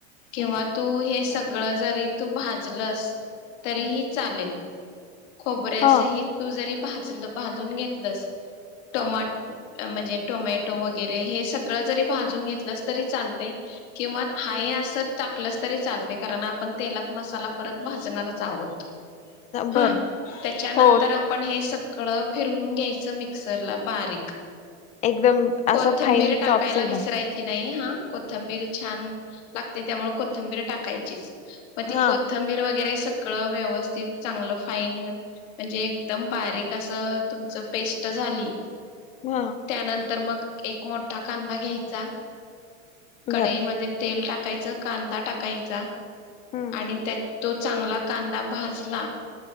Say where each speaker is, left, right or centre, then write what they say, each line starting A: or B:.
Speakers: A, on the left; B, on the left.
A: किंवा
B: हम्म
A: तू हे सग सगळं जरी तू भाजलस तरीही चालेल. खोबऱ्यासही
B: हा
A: तू जरी भाजलं भाजून घेतलंस टमाट म्हणजे टोमॅटो वगैरे हे सगळं जरी भाजून घेतलंस तरी चालते किंवा हाय असं टाकलंस तरी चालते कारण आपण तेलात मसाला परत भाजणारच आहोत. हा
B: बर
A: त्याच्यानंतर
B: हो
A: आपण हे सग कळं फिरवून घ्यायचं मिक्सरला बारीक
B: एकदम
A: कोथंबीर
B: असं फाईन
A: टाकायला
B: चॉप्स एकदम
A: विसरायची नाही. हा कोथंबीरी छान लागते त्यामुळे कोथंबीरी टाकायचीच. मग ती
B: हा
A: कोथंबीर वगैरे सग गळं व्यवस्थित चांगलं फाईन म्हणजे एकदम बारीक असं तुमच पेस्ट झाली
B: हा
A: त्यानंतर मग एक मोठा कांदा घ्यायचा कडाईमध्ये
B: बर
A: तेल टाक कायचा कांदा टाकायचा
B: हम्म
A: आणि त्या तो चांगला कांदा भाजला